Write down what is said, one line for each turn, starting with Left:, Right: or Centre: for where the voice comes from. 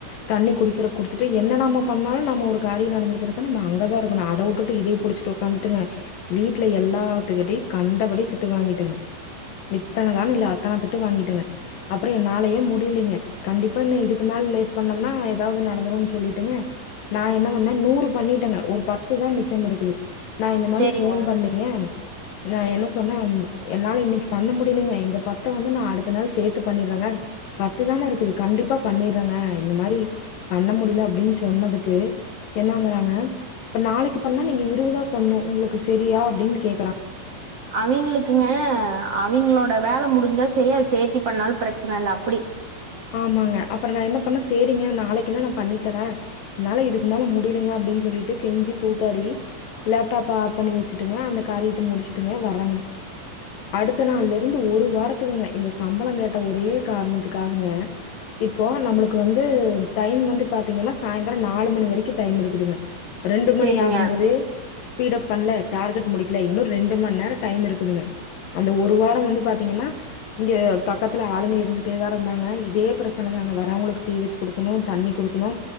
Left: தண்ணி குடிக்கிற குடுத்துட்டு என்ன நம்ம பண்ணாலு நம்ம ஒரு காரிய நடந்தருக்கிறப்ப நம்ம அங்கதா இருக்கணு அத வுட்டுட்டு இதே புடிச்சிட்டு டு ஒக்காந்துட்டுங்க வீட்டுல எல்லாத்துக்கிட்டயு கண்டபடி திட்டு வாங்கிட்டங்க இத்தனநாள் இல்ல அத்தன திட்டு வாங்கிட்டேங்க அப்பறொ என்னாலயே முடியலைங்க கண்டிப்பா இன்னு இதுக்கு மேல லேட் பண்ணம்னா எதாவ்து நடந்துருன் சொல்லிட்டுங்க நா என்ன பண்ணே நூறு பண்ணிட்டேங்க ஒரு பத்து பத்துதா மிச்சம் இருக்குது நா இந்த மாரி
Right: சேரிங்க
Left: ஃபோன் பண்ணி ங்க நா என்ன சொன்ன என்னால இன்னைக்கு பண்ண முடியலிங்க இந்த பத்த வந்து நா அடுத்த நாள் சேத்து பண்ணிறேங்க பத்து தான இருக்குது கண்டிப்பா பண்ணிறேங்க இந்த மாரி பண்ண முடில அப்டின் சொன்னதுக்கு என்னங்கறாங்க இப்ப நாளைக்கு பண்ணா நீங்க இருவதா பண்ணு உங்களுக்கு சேரியா அப்டின்னு கே
Right: அவிங்களுக்குங்க அவிங்களோட வேல முடிஞ்சா செரி அது சேத்தி பண்ணாலு பிரச்சன இல்ல அப்புடி
Left: ஆமாங்க அப்பறோ நா என்ன பண்ண சேரிங்க நாளைக்குனா நா பண்ணி தரே என்னால இதுக்கு மேல முடி இருங்க அப்டின்னு சொல்லிட்டு கெஞ்சி கூத்தாடி லேப்டாப்ப ஆப் பண்ணி வெச்சுட்டுங்க அந்த காரியத்த முடிச்சுட்டுங்க வர்றங்க அடுத்த நாள்ல இருந்து ஒரு வாரத்துக்குங்க இந்த சம்பளோ கேட்ட ஒரே காரணத்துக்காகங்க இப்போ நம்முளுக்கு வந்து டைம் வந்து பாத்தீங்கன்னா சாயந்திரோ நாலு மணி வரிக்கோ டைம் இருக்குதுங்க ரெண்டு மணி
Right: சேரிங்க
Left: ஆகும் போது ஸ்பீட்அப் பண்ல டார்கெட் முடிக்கல இன்னு ரெண்டு மண் நேரோ டைம் இருக்குதுங்க அந்த ஒரு வாரோ வந்து பாத்தீங்கன்னா இங்க பக்கத்துல ஆளுங்க இருந்துட்டேதா இருந்தாங்க இதே பிரச்சன தாங்க வரவங்குளுக்கு டீ வெச்சு குடுக்கணோ தண்ணி குடுக்கணோ